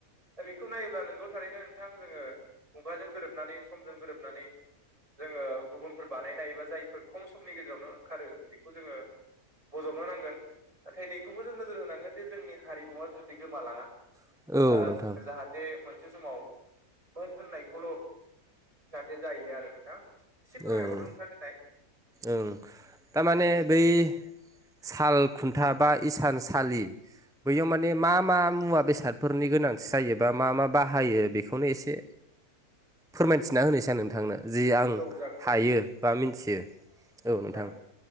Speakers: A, on the right; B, in the centre.
A: दा बेखौ नायोब्ला नोंगौ थारैनो नोंथां जोंङो मुगाजों गोरोबनानै समजों गोरोबनानै जोंङो गुबुनफोर बानायनाय एबा जायफोर खम समनि गेजेरावनो ओंखारो बेखौ जोंङो बजबनो नांगोन। नाथाय नैखौबो जों नोजोर होनांगोन जे जोंनि हारिमुवा जाहाथे गोमालाङा।
B: औ
A: ओ
B: नोंथां
A: जाहाथे मोनसे समाव मोन होननायखौल' जाहाथे जायो आरो नोंथां। एसे फोरमायबावदो
B: ओं
A: नोंथाङा दोननाय
B: ओं थारमाने बै साल खुन्था बा इसान सलि बैयाव माने मा मा मुवा बेसादफोरनि गोनांथि जायोबा मा मा बाहायो बेखौनो एसे फोरमायथिना होनोसै आं नोंथांनो जि आं
A: औ जागोन
B: हायो
A: दे
B: बा मिथियो औ नोंथां।
A: जागोन